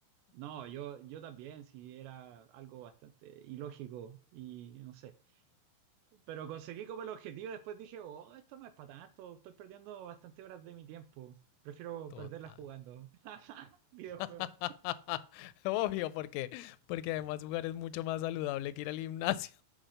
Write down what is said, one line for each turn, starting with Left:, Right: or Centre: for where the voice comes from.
Right: no, yo, yo también, sí, era algo bastante ilógico y no sé. Pero conseguí como el objetivo, después dije, oh, esto no es para tanto, estoy perdiendo bastante horas de mi tiempo. Prefiero
Left: Total.
Right: perderlas jugando. <laughs> Videojuegos.
Left: <laughs> Obvio, porque, porque además jugar es mucho más saludable que ir al gimnasio.